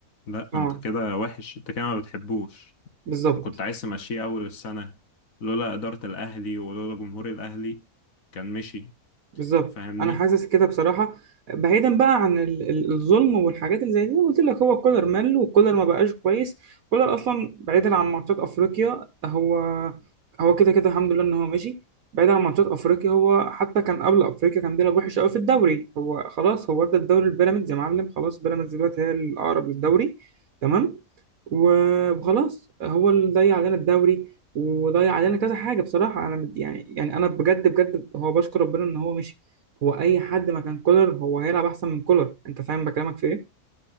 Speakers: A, on the left; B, on the right.
A: لا
B: اه
A: انت كده وحش انت كده ما بتحبوش
B: بالظبط
A: وكنت عايز تمشيه اول السنة لولا إدارة الأهلي ولولا جمهور الأهلي كان مشي
B: بالظبط
A: فاهمني
B: انا حاسس كده بصراحة بعيدا بقى عن ال- ال- الظلم والحاجات اللي زي دي أنا قلت لك هو كولر مل وكولر ما بقاش كويس كولر اصلا بعيدا عن ماتشات افريقيا هو هو كده كده الحمد لله ان هو ماشي بعيدا عن ماتشات افريقيا هو حتى كان قبل افريقيا كان بيلعب وحش قوي في الدوري هو خلاص هو ادى الدوري لبيراميدز يا معلم خلاص بيراميدز دلوقتي هي الاقرب للدوري تمام و- وخلاص هو اللي ضيع علينا الدوري وضيع علينا كذا حاجة بصراحة أنا مد- يعني يعني أنا بجد بجد هو بشكر ربنا إن هو مشي هو أي حد ما كان كولر هو هيلعب أحسن من كولر أنت فاهم بكلامك في إيه؟